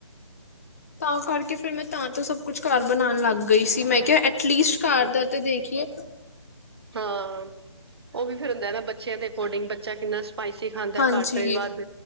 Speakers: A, on the left (about 30°); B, on the right (about 55°).
A: ਤਾਂ ਕਰਕੇ ਫੇਰ ਮੈਂ ਤਾਂ-ਤਾਂ ਸਭ ਕੁਛ ਘਰ ਬਣਾਣ ਲੱਗ ਗਈ ਸੀ ਮੈਂ ਕਿਹਾ ਐਟਲੀਸਟ ਘਰ ਦਾ ਤੇ ਦੇਖੀਏ।
B: ਹਾਂ ਉਹ ਵੀ ਫੇਰ ਹੁੰਦਾ ਨਾ ਬੱਚਿਆਂ ਦੇ ਅਕੋਰਡਿੰਗ ਚ ਨ ਸਪਾਈਸੀ ਖਾਂਦਾ
A: ਹਾਂਜੀ,
B: ਘੱਟ ਵੱਧ